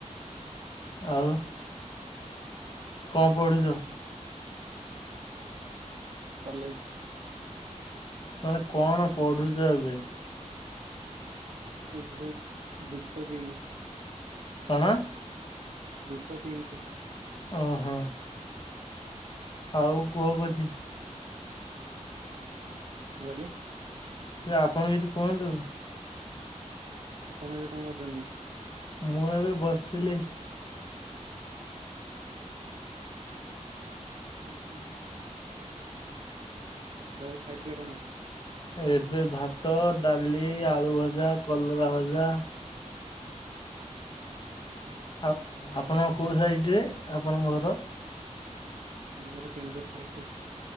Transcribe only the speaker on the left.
ଆଉ କଣ ପଢୁଚ?
ମାନେ କଣ ପଢୁଛ ଏବେ
କଣ?
ଓ ହୋ। ଆଉ କୁହ କିଛି।
ଆପଣ କିଛି କୁହନ୍ତୁ।
ମୁଁ ଏବେ ବସଥିଲି।
ଏବେ ଭାତ ଡାଲି ଆଳୁ ଭଜା କଲରା ଭଜା
ଆଉ ଆପଣ କୋଉ ସାଇଡ ରେ ଆପଣଙ୍କ ଘର?